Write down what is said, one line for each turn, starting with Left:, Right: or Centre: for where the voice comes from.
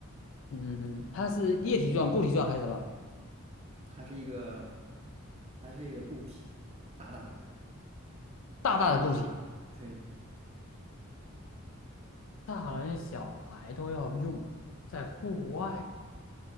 Left: 嗯嗯，它是液体状、固体状还是什么？
Right: 它是一个，它是一个固体，大大的，
Left: 大大的固体。
Right: 对。
Left: 大人小孩都要用，在户外。